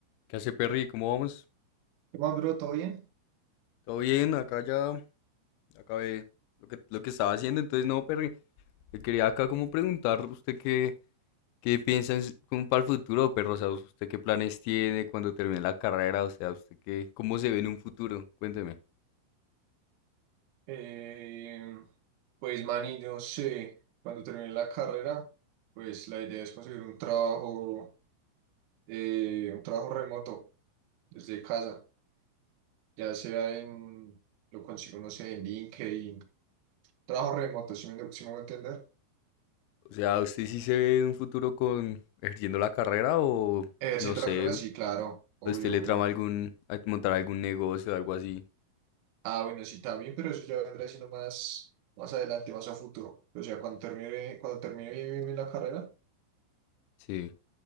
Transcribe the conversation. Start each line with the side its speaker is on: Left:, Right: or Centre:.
Left: ¿Qué hace, Perry? ¿Cómo vamos?
Right: ¿Qué más, bro? ¿Todo bien?
Left: ¿Todo bien? Acá ya acabé lo que, lo que estaba haciendo. Entonces, no, Perry, le quería acá como preguntar usted qué, qué piensa en- como para el futuro, Perro. O sea, usted qué planes tiene cuando termine la carrera. O sea, usted qué, cómo se ve en un futuro. Cuénteme.
Right: Eh, pues, Manny, yo sé, cuando termine la carrera, pues la idea es conseguir un trabajo, eh, un trabajo remoto desde casa, ya sea en, lo consigo, no sé, en LinkedIn, trabajo remoto, si me, si me voy a entender.
Left: O sea, ¿usted sí se ve en un futuro con ejerciendo la carrera o
Right: Ejerciendo
Left: no sé,
Right: la carrera, sí, claro, obvio,
Left: a usted le
Right: obvio.
Left: trama algún, a montar algún negocio o algo así?
Right: Ah, bueno, sí, también, pero eso ya vendrá siendo más, más adelante, más a futuro. O sea, cuando termine, cuando termine bien, bien, bien la carrera,
Left: Sí.